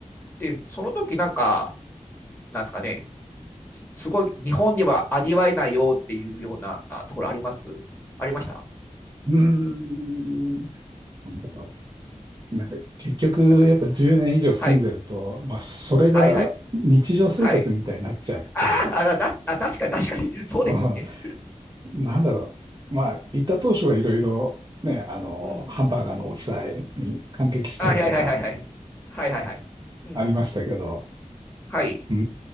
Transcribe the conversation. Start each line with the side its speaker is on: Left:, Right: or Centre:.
Left: で、その時なんか、なんですかね、すごい日本では味わえないよっていうようなところありますありました
Right: うーんなんだろう。なんか、結局、
Left: なんか、
Right: やっぱ10年以上住んでると、
Left: はい、
Right: まあ、それが日常生活みたいになっちゃって、
Left: はい、はい、はい。あーあ、だ、あ、確かに、確かに、そうですよね。
Right: うんなんだろう。まあ、行った当初はいろいろ、ね、あの、
Left: うん。
Right: ハンバーガーの大きさに感激したりとか、
Left: あ、はい、はい、はい、はい、はい、はい、はい、はい、うんうんうん。
Right: ありましたけど、
Left: はい、
Right: うー